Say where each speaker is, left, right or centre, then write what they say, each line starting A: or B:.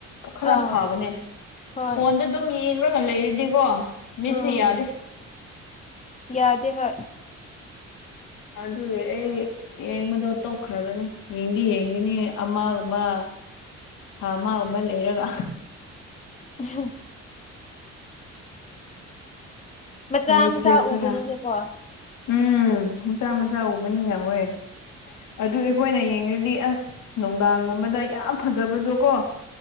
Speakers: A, on the left; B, on the left.
A: ꯈꯔ
B: ꯑꯥꯎ
A: ꯐꯕꯅꯦ
B: ꯍꯣꯏ
A: ꯐꯣꯟꯗ ꯑꯗꯨꯝ ꯌꯦꯡꯈ꯭ꯔꯒ ꯂꯩꯔꯗꯤꯀꯣ ꯃꯤꯠꯁꯨ
B: ꯎꯝ
A: ꯌꯥꯗꯦ
B: ꯌꯥꯗꯦ ꯍꯣꯏ
A: ꯑꯗꯨꯗ ꯑꯦ ꯌꯦꯡꯕꯗꯣ ꯇꯣꯛꯈ꯭ꯔꯕꯅꯦ ꯌꯦꯡꯗꯤ ꯌꯦꯡꯒꯅꯤ ꯑꯃꯒꯨꯝ ꯑꯃ ꯊꯥ ꯑꯃ ꯑꯃ ꯂꯩꯔꯒ
B: ꯎ ꯃꯆꯥ
A: ꯃꯤꯠꯁꯦ
B: ꯃꯆꯥ
A: ꯈꯔ
B: ꯎꯕꯅꯤꯅꯀꯣ
A: ꯎꯝ ꯃꯆꯥ ꯃꯆꯥ ꯎꯕꯅꯤꯅ ꯍꯣꯏ ꯑꯗꯨ ꯑꯩꯈꯣꯏꯅ ꯌꯦꯡꯉꯗꯤ ꯑꯁ ꯅꯨꯡꯗꯥꯡꯒꯨꯝꯕꯗ ꯌꯥꯝ ꯐꯖꯕꯗꯣ ꯀꯣ